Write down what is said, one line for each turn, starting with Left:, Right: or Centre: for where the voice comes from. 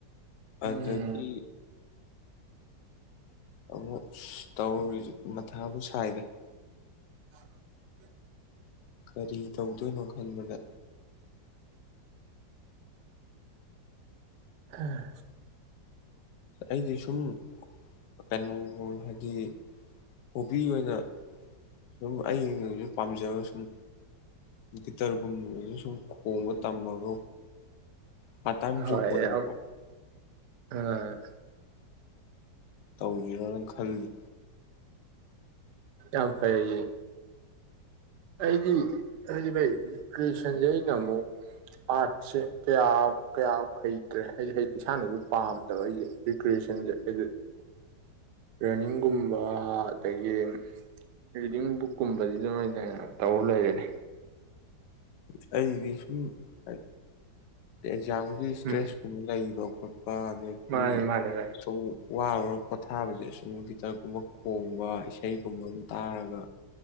Right: ꯎꯝ
Left: ꯑꯗꯨꯗꯒꯤ ꯑꯃꯨꯛ ꯑꯁ ꯇꯧꯔꯔꯤꯁꯦ ꯃꯊꯥꯕꯨ ꯁꯥꯏꯗ
Right: <inaudible>
Left: ꯀꯔꯤ ꯇꯧꯗꯣꯏꯅꯣ ꯈꯟꯕꯗ
Right: ꯑꯥ
Left: ꯑꯩꯗꯤ ꯁꯨꯝ ꯀꯩꯅꯣꯒꯨꯝ ꯍꯥꯏꯗꯤ ꯍꯣꯕꯤ ꯑꯣꯏꯅ ꯁꯨꯝ ꯑꯩꯅꯁꯨ ꯄꯥꯝꯖꯕ ꯁꯨꯝ ꯒꯤꯇꯔꯒꯨꯝꯕꯗ ꯁꯨꯝ ꯍꯣꯡꯕ ꯇꯝꯃꯒ ꯄꯔ ꯇꯥꯏꯝ
Right: ꯍꯣꯏ
Left: ꯖꯣꯕ ꯑꯣꯏꯅꯀꯣ
Right: ꯌꯥꯝ ꯑ
Left: ꯇꯧꯒꯦꯔꯣꯅ ꯈꯜꯂꯤ
Right: ꯌꯥꯝ ꯐꯔ ꯑꯩꯗꯤ ꯍꯥꯏꯗꯤꯩ ꯔꯤꯀ꯭ꯔꯤꯌꯦꯁꯟꯁꯦ ꯑꯩꯅ ꯑꯃꯨꯛ ꯑꯥꯔꯠꯁꯦ ꯀꯌꯥꯃꯨꯛ ꯀꯌꯥꯃꯨꯛ ꯍꯩꯇ꯭ꯔꯦ ꯍꯥꯏꯗꯤꯗꯤ ꯏꯁꯥꯅꯁꯨ ꯄꯥꯝꯗꯕ ꯑꯩꯁꯦ ꯔꯤꯀ꯭ꯔꯤꯌꯦꯁꯟꯁꯦ ꯍꯥꯏꯗꯤ ꯔꯟꯅꯤꯡꯒꯨꯝꯕ ꯑꯗꯒꯤ ꯔꯤꯗꯤꯡ ꯕꯨꯛꯀꯨꯝꯕꯁꯤꯗꯩꯅ ꯇꯧ ꯂ ꯂꯩꯔꯅꯦ
Left: <unintelligible> ꯑꯩꯒꯤꯁꯨ ꯑ ꯑꯦꯛꯖꯥꯝꯒꯤ ꯏꯁꯇ꯭ꯔꯦꯁ
Right: ꯎꯝ
Left: ꯀꯨꯝꯕ ꯂꯩꯌꯦꯕꯀ ꯑꯗꯒꯤ
Right: ꯃꯥꯅꯦ ꯃꯥꯅꯦ ꯚꯥꯏ
Left: ꯁꯨꯝ ꯋꯥꯔꯨꯔ ꯄꯣꯊꯥꯕꯁꯦ ꯁꯨꯝ ꯒꯤꯇꯔꯒꯨꯝꯕ ꯈꯣꯡꯕ ꯏꯁꯩꯒꯨꯝꯕ ꯑꯃꯝ ꯇꯥꯔꯒ